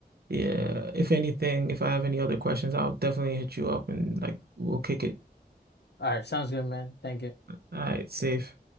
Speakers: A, on the right; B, on the left.
A: Yeah.
B: Mhm.
A: If anything, if I have any other questions, I'll definitely hit you up and like we'll kick it.
B: All right. Sounds good, man. Thank you.
A: All right, safe.